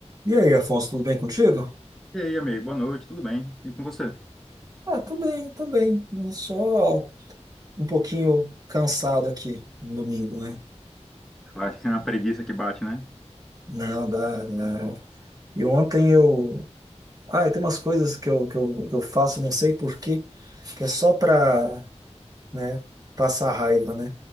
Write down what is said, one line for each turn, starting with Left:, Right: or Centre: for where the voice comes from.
Right: E aí, Afonso, tudo bem contigo?
Centre: E aí, amigo, boa noite, tudo bem? E com você?
Right: Ah, também, também. Só um pouquinho cansado aqui no domingo, né?
Centre: Vai, é uma preguiça que bate, né?
Right: Não, dá, não. E ontem eu. Ah, e tem umas coisas que eu, que eu, que eu faço, não sei por quê, que é só pra, né, passar raiva, né?